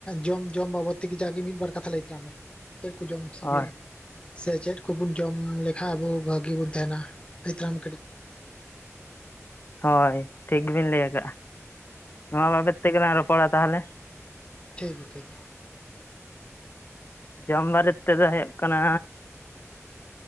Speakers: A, on the left; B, on the left.
A: ᱡᱚᱢ ᱡᱚᱢ ᱵᱟᱵᱚᱫ ᱛᱮ ᱡᱟᱜᱮ ᱢᱤᱫ ᱵᱟᱨ ᱠᱟᱛᱷᱟ ᱞᱟᱹᱭ ᱛᱟᱠᱟᱫ ᱢᱮ ᱪᱮᱫ ᱠᱚ ᱡᱚᱢ ᱥᱤᱵᱤᱞ
B: ᱚ
A: ᱥᱮ ᱪᱮᱫ ᱠᱚᱵᱚᱱ ᱡᱚᱢ ᱞᱮᱠᱷᱟᱱ ᱟᱵᱚ ᱵᱷᱟᱜᱤ ᱵᱚᱱ ᱛᱟᱦᱮᱱᱟ᱾ ᱞᱟᱹᱭ ᱛᱟᱞᱟᱝ ᱢᱮ ᱠᱟᱴᱤᱡ
B: ᱦᱳᱭ ᱴᱷᱤᱠ ᱵᱤᱱ ᱞᱟᱹᱭ ᱟᱠᱟᱜᱼᱟ ᱱᱚᱣᱟ ᱵᱟᱵᱚᱫ ᱛᱮᱜᱮᱞᱟᱝ ᱨᱚᱯᱚᱲᱟ ᱛᱟᱦᱚᱞᱮ᱾
A: ᱴᱷᱤᱠ ᱜᱮᱭᱟ ᱴᱷᱤᱠ ᱜᱮᱭᱟ
B: ᱡᱚᱢ ᱵᱟᱨᱮ ᱛᱮᱫᱚ ᱦᱩᱭᱩᱜ ᱠᱟᱱᱟ